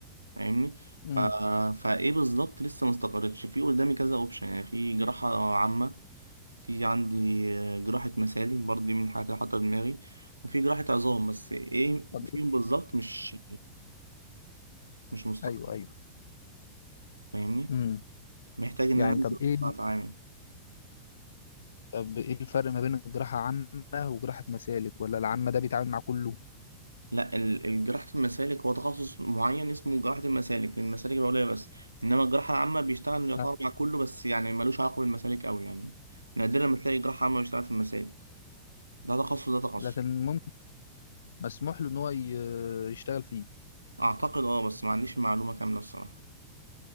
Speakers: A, on the right; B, on the left.
A: فاهمني ف...
B: امم
A: فايه بالظبط لسه ما استقرتش في قدامي كذا اوبشن يعني في جراحة عامة في عندي جراحة مسالك برضه دي من الحاجات اللي حاطة في دماغي وفي جراحة عظام بس ايه
B: طب
A: فيهم
B: ايه
A: بالظبط مش مش مستقر
B: ايوه ايوه
A: فاهمني
B: امم
A: محتاج ان
B: يعني
A: انا انزل
B: طب ايه
A: اقطع اتعامل
B: طب ايه الفرق ما بين الجراحة عامة وجراحة مسالك ولا العامة ده بيتعامل مع كله
A: لا ال- ال- جراحة المسالك هو تخصص معين اسمه جراحة المسالك المسالك العليا بس انما الجراحة العامة بيشتغل يعتبر
B: آه.
A: مع كله بس يعني ملوش علاقة بالمسالك قوي يعني نادرا ما تلاقي جراحة عامة بيشتغل في المسالك ده تخصص ده تخصص
B: لكن ممكن مسموح له ان هو ي- يشتغل فيه
A: اعتقد اه بس ما عنديش معلومه كامله الصراحه